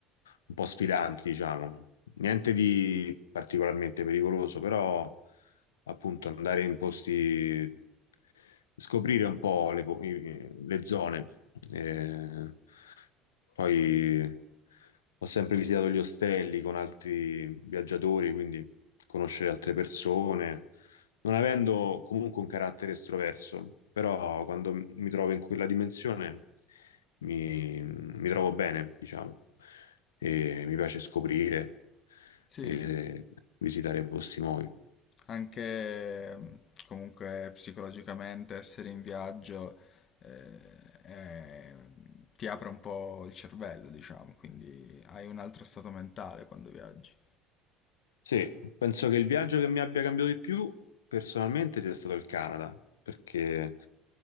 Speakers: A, on the left; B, on the left.
A: un po' sfidanti, diciamo. Niente di particolarmente pericoloso, però appunto andare in posti, scoprire un po' le, po- i- le zone. Eh, Poi ho sempre visitato gli ostelli con altri viaggiatori, quindi conoscere altre persone, non avendo comunque un carattere estroverso, però quando m- mi trovo in quella dimensione mi, mi trovo bene, diciamo, e mi piace scoprire
B: Sì,
A: e
B: sì.
A: visitare posti nuovi.
B: Anche mh, comunque psicologicamente essere in viaggio eh, è- mm, ti apre un po' il cervello, diciamo, quindi hai un altro stato mentale quando viaggi.
A: Sì, penso che il viaggio che mi abbia cambiato di più personalmente sia stato il Canada, perché